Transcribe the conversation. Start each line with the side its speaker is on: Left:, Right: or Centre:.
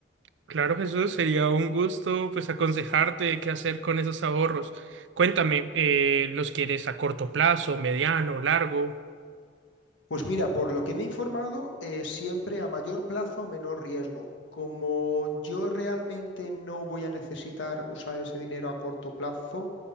Right: Claro, Jesús, sería un gusto pues aconsejarte qué hacer con esos ahorros. Cuéntame, eh, ¿los quieres a corto plazo, mediano, largo?
Left: Pues mira, por lo que me he informado, eh, siempre a mayor plazo, menor riesgo. Como yo realmente no voy a necesitar usar ese dinero a corto plazo,